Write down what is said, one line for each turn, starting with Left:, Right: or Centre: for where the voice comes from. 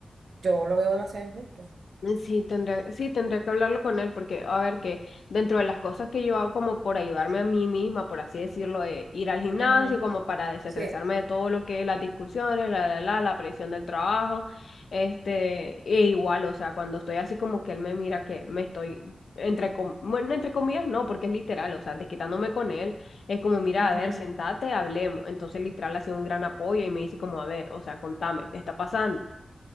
Right: yo lo veo demasiado injusto.
Left: Sí, tendría, sí, tendría que hablarlo con él porque, a ver, que dentro de las cosas que yo hago como por ayudarme a mí misma, por así decirlo, de ir al gimnasio,
Right: Ujú,
Left: como para desestresarme
Right: Sí,
Left: de todo lo que es las discusiones, la, la, la, la presión del trabajo, este, e igual, o sea, cuando estoy así como que él me mira que me estoy, entre, com- bueno, entre comillas, no, porque es literal, o sea, desquitándome con él, es como, mira,
Right: ujú,
Left: a ver, sentate, hablemos. Entonces, literal, ha sido un gran apoyo y me dice como, a ver, o sea, contame, ¿qué está pasando?